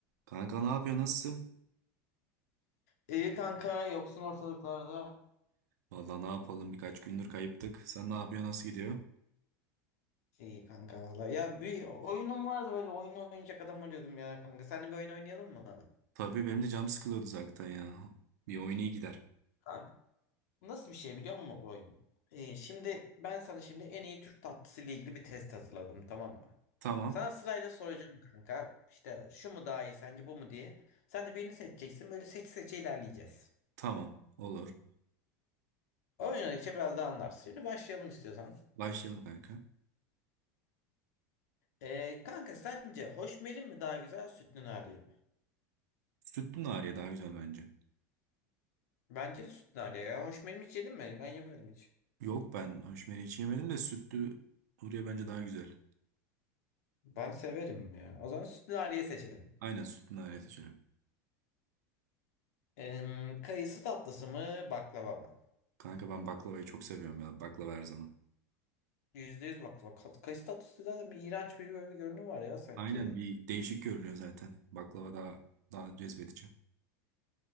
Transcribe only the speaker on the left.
İyi kanka yoksun ortalıklarda.
İyi kanka valla. Ya bir oyunum vardı böyle oyun oynayacak adam arıyordum ya kanka. Seninle bir oyun oynayalım mı?
Kanka nasıl bir şey biliyor musun bu oyun? Ee, şimdi ben sana şimdi en iyi Türk tatlısı ile ilgili bir test hazırladım tamam mı?
Sana sırayla soracağım kanka. İşte şu mu daha iyi sence bu mu diye. Sen de birini seçeceksin böyle seç seçe ilerleyeceğiz.
Oynadıkça biraz daha anlarsın. Şimdi başlayalım istiyorsan.
Ee, kanka sence hoşmelin mi daha güzel sütlü nariye mi?
Bence de sütlü lale ya. Hoş benim hiç yedin mi? Ben yemedim hiç.
Ben severim ya. O zaman sütlü laleyi seçelim.
Em, kayısı tatlısı mı baklava mı?
%100 baklava. Kat- Kayısı tatlısı zaten bir iğrenç bir böyle bir görünüm var ya sanki.